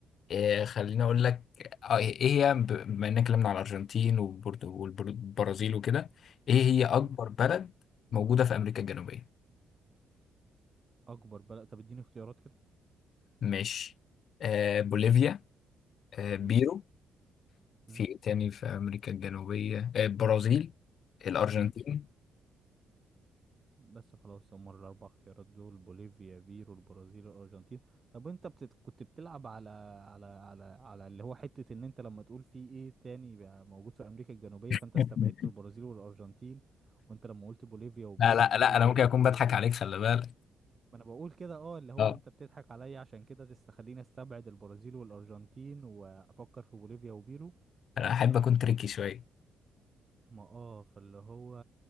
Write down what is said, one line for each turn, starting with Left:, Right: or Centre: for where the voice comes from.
Left: إيه خليني اقول لك آه، ايه هي ب- بما اننا اتكلمنا على الارجنتين وبرد- والبرازيل وكده ايه هي اكبر
Right: مم.
Left: بلد موجوده في امريكا الجنوبيه
Right: اكبر بلد طب اديني اختيارات كده
Left: ماشي آه بوليفيا آه بيرو
Right: مم.
Left: في
Right: مم.
Left: إيه تاني في امريكا الجنوبيه آه البرازيل الارجنتين
Right: مم. بس خلاص هم الأربع اختيارات دول بوليفيا بيرو البرازيل الأرجنتين طب أنت بتت... كنت بتلعب على على على على اللي هو حتة إن أنت لما تقول في إيه تاني بقى موجود في أمريكا الجنوبية
Left: <laughs>
Right: فأنت استبعدت البرازيل والأرجنتين وأنت لما قلت بوليفيا وبيرو
Left: لا لا
Right: بوليفيا
Left: لا انا ممكن
Right: وبيرو
Left: اكون بضحك
Right: دي
Left: عليك خلي بالك
Right: ما أنا بقول كده أه اللي هو
Left: اه
Right: أنت بتضحك عليا عشان كده تستخليني أستبعد البرازيل والأرجنتين وأفكر في بوليفيا وبيرو
Left: انا احب اكون تريكي شويه
Right: ما أه فاللي هو